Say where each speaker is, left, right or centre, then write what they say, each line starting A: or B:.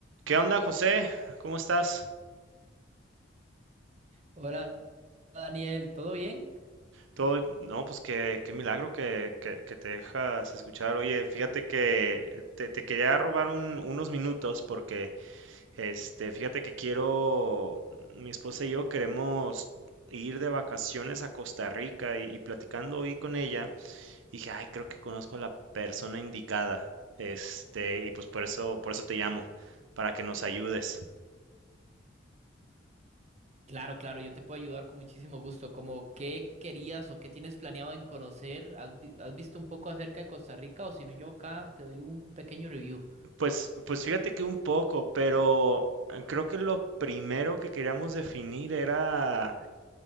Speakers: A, on the right; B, on the right.
A: ¿Qué onda, José? ¿Cómo estás?
B: Hola Daniel, ¿todo bien?
A: Todo, no, pues qué, qué milagro que, que- que te dejas escuchar. Oye, fíjate que te, te quería robar un- unos minutos porque, este, fíjate que quiero, mi esposa y yo queremos ir de vacaciones a Costa Rica y, y platicando hoy con ella, dije, ay, creo que conozco a la persona indicada. Este, y pues por eso, por eso te llamo, para que nos ayudes.
B: Claro, claro, yo te puedo ayudar con muchísimo gusto. Como qué querías o qué tienes planeado en conocer? ¿Has, vi- has visto un poco acerca de Costa Rica? O si no, yo acá te doy un pequeño review.
A: Pues, pues fíjate que un poco, pero eh, creo que lo primero que queríamos definir era